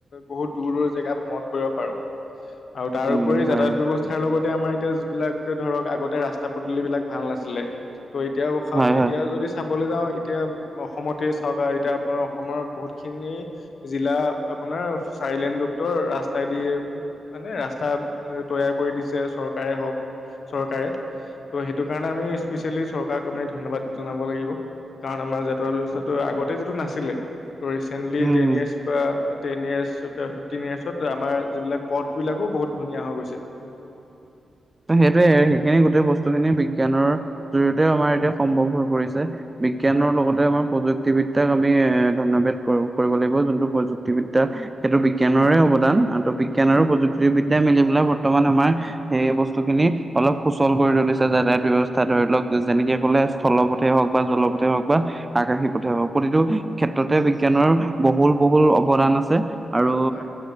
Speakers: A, on the left; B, on the right.
A: বহুত দূৰ দূৰ জেগা ভ্ৰমণ কৰিব পাৰো।
B: <inaudible>
A: আৰু তাৰ উপৰি
B: হয়
A: যাতায়ত
B: হয়
A: ব্যৱস্থাৰ লগত তে আমাৰ এতিয়া যিবিলাক ধৰক আগতে ৰাস্তা পদূলিবিলাক ভাল নাছিলে। ত' এতিয়া
B: হয় হয়
A: এতিয়া যদি চাবলৈ যাওঁ এতিয়া অসমতে চাওক এতিয়া আপোনাৰ অসমৰ বহুত খিনি জিলা আপোনাৰ চাৰি লেনযুক্ত ৰাস্তাই দিয়ে মানে ৰাস্তা তৈয়াৰ কৰি দিছে চৰকাৰে হওঁক, চৰকাৰে। ত' সেইটো কাৰণে আমি স্পেচিয়েলি চৰকাৰক আমি ধন্যবাদ জনাব লাগিব। কাৰণ আমাৰ যাতায়াত ব্যৱস্থাটো আগতে যিটো নাছিলে ত ৰিচেন্টলি
B: উম
A: টেন
B: হম
A: ইয়াৰ্চ বা টেন ইয়েৰ্চ, ফিফটিন ইয়াৰ্চত আমাৰ যিবিলাক পথ বিলাকো বহুত ধুনীয়া হৈ গৈছে।
B: <inaudible> ত সেইটোৱে সেইখিনি গোটেই বস্তুখিনি বিজ্ঞানৰ জৰিয়তেও আমাৰ এতিয়া সম্ভৱ হৈ পৰিছে বিজ্ঞানৰ
A: হয়
B: লগতে আমাৰ প্ৰযুক্তি প্ৰুক্তিবিদ্যাক আমি এ ধন্যবদ কৰিব লাগিব। যোনটো প্ৰযুক্তিবিদ্যা সেইটো বিজ্ঞানৰে অৱদান বিজ্ঞান
A: হয়
B: আৰু প্ৰযুক্তিবিদ্যাই মিলি পেলাই বৰ্তমান আমাৰ সেই বস্তু বস্তু খিনি অলপ সুচল কৰি তুলিছে যাতায়ত ব্যৱস্থা ধৰি লওক যেনেকে কলে স্থলপথে হওক বা জলথ কতে হওক বা আকাশী
A: উম
B: পঠিয়াব প্ৰতিটো ক্ষেত্ৰতে বিজ্ঞানৰ বহুল বহুল অৱদান আছে আৰু
A: হয়